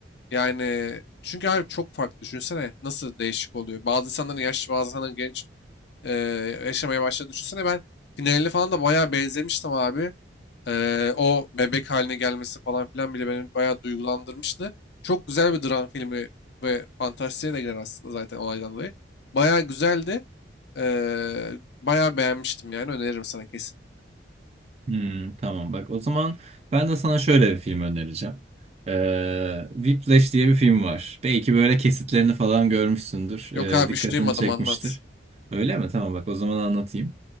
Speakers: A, on the left; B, on the right.
A: Yani çünkü abi çok farklı. Düşünsene nasıl değişik oluyor. Bazı insanların yaşlı, bazı insanların genç e, yaşamaya başladı. Düşünsene ben finalini falan da bayağı benzemiştim abi. Eee, o bebek haline gelmesi falan filan bile beni bayağı duygulandırmıştı. Çok güzel bir dram filmi ve fantastiğe de girer aslında zaten olaydan dolayı. Bayağı güzeldi. Eee bayağı beğenmiştim yani öneririm sana kesin.
B: Hmm, tamam bak o zaman ben de sana şöyle bir film önereceğim. Ee, Whiplash diye bir film var. Belki böyle kesitlerini falan görmüşsündür.
A: Yok
B: Ee,
A: abi
B: dikkatini
A: hiç duymadım
B: çekmiştir.
A: anlat.
B: Öyle mi? Tamam bak o zaman anlatayım.